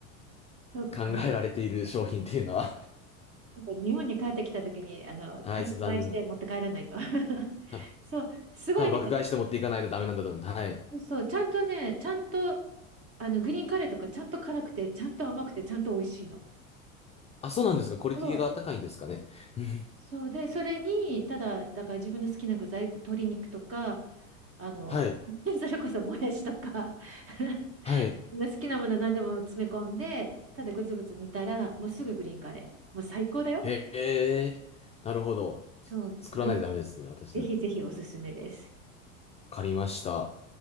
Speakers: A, on the right (about 35°); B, on the left (about 15°).
A: そっか。
B: 考えられている商品っていうのは
A: なんか日本に帰ってきた時に、あの、
B: <laughs> はい、
A: 単価買いして持って帰らないと。
B: ちょっと残念な。
A: <laughs>
B: た
A: そう、すごいね。
B: 多分爆買いして持っていかないとダメなんだと思います。はい。
A: そう、ちゃんとね、ちゃんと、あの、グリーンカレーとかちゃんと辛くて、ちゃんと甘くて、ちゃんと美味しいの。
B: あ、そうなんですか。クオリティが高いんですかね。
A: そう、
B: <laughs> うん
A: そうで、それに、ただ、だから自分の好きな具材、鶏肉とか、あの、
B: はい、
A: <laughs> それこそもやしとか、<laughs>
B: はい。
A: 好きなもの何でも詰め込んで、ただぐつぐつ煮たら、もうすぐグリーンカレー。もう最高だよ。
B: へえ、なるほど。
A: そう、ぜひ、
B: 作らないとダメですね、私ね。
A: ぜひぜひおすすめです。
B: わかりました。